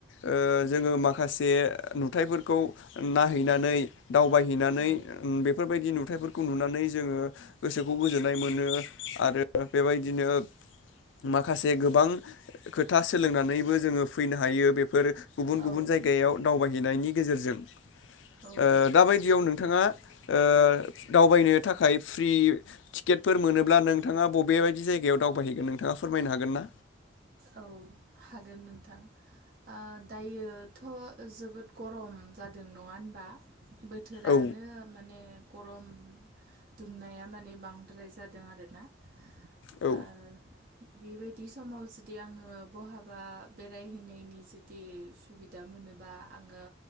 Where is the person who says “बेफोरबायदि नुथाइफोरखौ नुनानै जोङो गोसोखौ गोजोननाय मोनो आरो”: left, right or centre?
Left